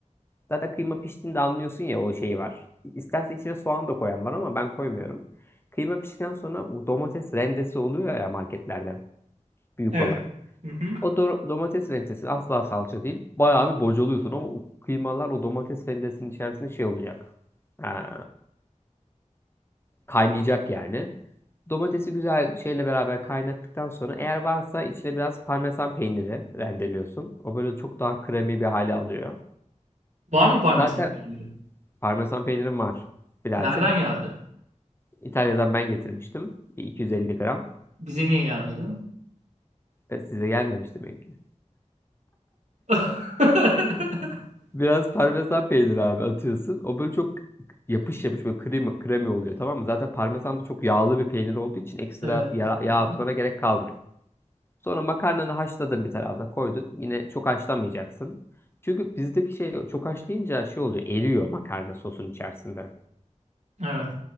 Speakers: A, on the left (about 20°); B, on the right (about 65°).
A: Zaten kıyma piştiğinde anlıyorsun ya o şeyi var. İstersen içine soğan da koyan var ama ben koymuyorum. Kıyma piştikten sonra o domates rendesi oluyor ya marketlerden. Büyük
B: Evet.
A: olan.
B: Hı hı.
A: O do- domates rendesi asla salça değil. Bayağı bir bocalıyorsun ama o kıymalar o domates rendesinin içerisinde şey olacak. Ha, Kaynayacak yani. Domatesi güzel şeyle beraber kaynattıktan sonra eğer varsa içine biraz parmesan peyniri rendeliyorsun. O böyle çok daha kremi bir hale alıyor.
B: Var mı parmesan
A: Zaten
B: peyniri?
A: parmesan peynirim var birazcık.
B: Nereden geldi?
A: İtalya'dan ben getirmiştim. Bir 250 gram.
B: Bize niye gelmedi?
A: Ve size gelmemiş demek ki.
B: <laughs>
A: <laughs> Biraz parmesan peyniri abi atıyorsun. O böyle çok yapış yapış böyle kremi, kremi oluyor tamam mı? Zaten parmesan da çok yağlı bir peynir olduğu için ekstra
B: Evet.
A: yağ, yağ
B: Hı
A: atmana
B: hı.
A: gerek kalmıyor. Sonra makarnanı haşladın bir tarafta koydun. Yine çok haşlamayacaksın. Çünkü bizdeki şey çok haşlayınca şey oluyor. Eriyor makarna sosun içerisinde.
B: Evet.